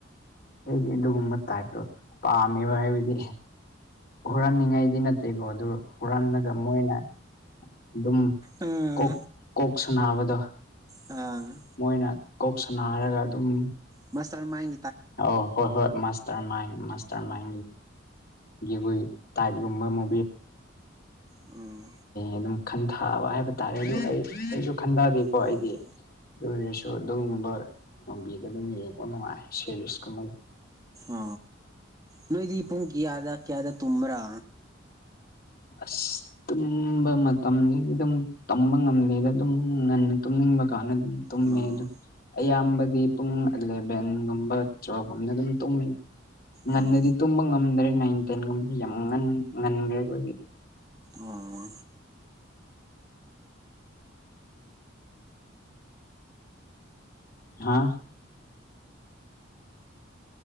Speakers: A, on the left; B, on the right.
A: ꯑꯩꯒꯤ ꯑꯗꯨꯒꯨꯝꯕ ꯇꯥꯏꯞꯇꯣ ꯄꯥꯝꯃꯦꯕ ꯍꯥꯏꯕꯗꯤ ꯍꯨꯔꯥꯟꯅꯤꯡꯉꯥꯏꯗꯤ ꯅꯠꯇꯦꯀꯣ ꯑꯗꯨ ꯍꯨꯔꯜꯂꯒ ꯃꯣꯏꯅ ꯑꯗꯨꯝ
B: ꯎꯝ
A: ꯀꯣꯛ ꯀꯣꯛ ꯁ ꯅꯥꯕꯗꯣ
B: ꯑꯥ
A: ꯃꯣꯏꯅ ꯀꯣꯛ ꯁꯅ ꯍꯥꯏꯔꯒ ꯑꯗꯨꯝ
B: ꯃꯁꯥ ꯃꯥꯡ
A: ꯑ ꯍꯣꯏ ꯍꯣꯏ ꯃꯥꯇꯔ ꯃꯥꯏ ꯔꯃꯥꯏ ꯌꯦꯏ ꯇꯥꯏꯞꯒꯨꯝꯕ ꯃꯨ
B: ꯎꯝ
A: ꯑꯗꯨꯝ ꯈꯟꯊꯕ ꯍꯥꯏꯕ ꯇꯥꯔꯦ ꯑꯗꯨ ꯑꯩ ꯑꯩꯁꯨ ꯈꯟꯊꯗꯦꯀꯣ
B: ꯎꯝ
A: ꯑꯩꯗꯤ ꯑꯗꯨ ꯑꯣꯏꯔꯁꯨ ꯑꯗꯨꯒꯨꯝꯕ ꯃꯨꯕꯤꯗ ꯑꯗꯨꯝ ꯌꯦꯡꯕ ꯅꯨꯡꯉꯥꯏ ꯁꯦꯔꯤꯁꯀꯨꯝꯕꯒꯤ
B: ꯑ ꯅꯣꯏꯗꯤ ꯄꯨꯡ ꯀꯌꯥꯗ ꯀꯌꯥꯗ ꯇꯨꯝ꯭ꯔꯥ
A: ꯑꯁ ꯇꯨꯝꯕ ꯃꯇꯝꯒꯤꯗꯤ ꯑꯗꯨꯝ ꯇꯝꯕ ꯉꯝꯗꯦꯗ ꯑꯗꯨꯝ ꯉꯟꯅ ꯇꯨꯝꯅꯤꯡꯕ ꯀꯥꯟꯗ ꯑꯗꯨꯝ ꯇꯨꯝꯃꯦ
B: ꯑꯣ
A: ꯑꯗꯨ ꯑꯌꯥꯝꯕꯗꯤ ꯄꯨꯡ ꯑꯦꯂꯚꯦꯟꯒꯨꯝꯕ ꯇꯨꯋꯦꯜꯕꯒꯨꯝꯕꯅ ꯑꯗꯨꯝ ꯇꯨꯝꯃꯤ ꯉꯟꯅꯗꯤ
B: ꯑꯣ
A: ꯇꯨꯝꯕ ꯉꯝꯗ꯭ꯔꯦ ꯅꯥꯏꯟ ꯇꯦꯟ ꯉ ꯌꯥꯝ ꯉ ꯉꯟꯈ꯭ꯔꯦ ꯑꯣꯏꯒꯤꯗꯤ
B: ꯑꯣ
A: ꯍꯥꯥ